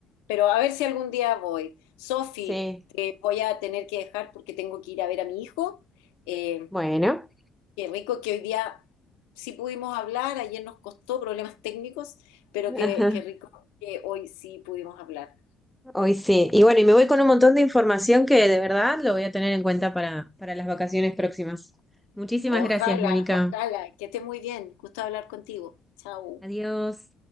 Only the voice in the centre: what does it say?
sí,
bueno,
ajá,
hoy sí. Y bueno, y me voy con un montón de información que de verdad lo voy a tener en cuenta para, para las vacaciones próximas. Muchísimas
gracias, Mónica.
Adiós.